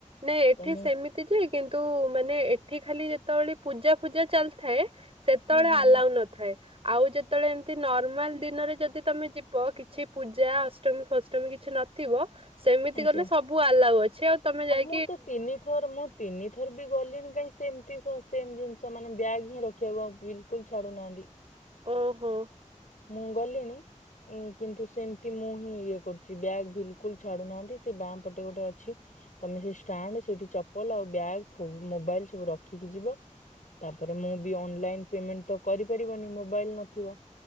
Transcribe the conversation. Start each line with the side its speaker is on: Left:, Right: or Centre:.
Right: ନାଇଁ ଏଠି
Left: ତ ମୁଁ
Right: ସେମି ଯେ କିନ୍ତୁ ମାନେ ଏଠି ଖାଲି ଯେତେବେଳେ ପୂଜା ଫୂଜା ଚାଲିଥାଏ। ସେତେବେଳେ
Left: ହୁଁ ହୁଁ
Right: ଆଲାଉ
Left: ହୁଁ।
Right: ନଥାଏ। ଆଉ ଯେତେବେଳେ ଏମତି ନର୍ମାଲ ଦିନରେ ଯଦି ତମେ ଯିବ କିଛି ପୂଜା ଅ ଅଷ୍ଟମୀ ଫଷ୍ଟମୀ କିଛି ନଥିବ ସେମିତି
Left: ଆଚ୍ଛା
Right: କଲେ ସବୁ ଆଲାଉ ଅଛି ଆଉ ତମେ ଯାଇ
Left: ମୁଁ ତ ତିନି ଥର ମୁଁ ତିନି ଥର ବି ଗଲିଣି କାଇହିଁ ସେମିତି ସେମ୍ ଜିନିଷ ମାନେ ବ୍ୟାଗ୍ ହିଁ ରଖିବାକୁ ବିଲକୁଲ ଛାଡୁନାହାନ୍ତି।
Right: ଉହୁଁ।
Left: ମୁଁ ଗଲିଣି କିନ୍ତୁ ସେମତି ମୁଁ ହିଁ ଇଏ କରୁଛି। ସେ ବ୍ୟାଗ୍ ବିଲକୁଲ ଛାଡୁନାହାନ୍ତି ସେ ବାପଟେ ଗୋଟେ ଅଛି। ତମେ ସେ ଷ୍ଟାଣ୍ଡ୍ ସେଠି ଚପଲ ଆଉ ବଗ୍ ମୋବାଇଲ ସବୁ ରଖିକି ଯିବ। ତାପରେ ମୁଁ ବି ଅଲ୍ ଲାଇନ୍ ପେଣ୍ଟ ତ କରିପାରିବନି ମୋବାଇଲ୍ ନଥିବ।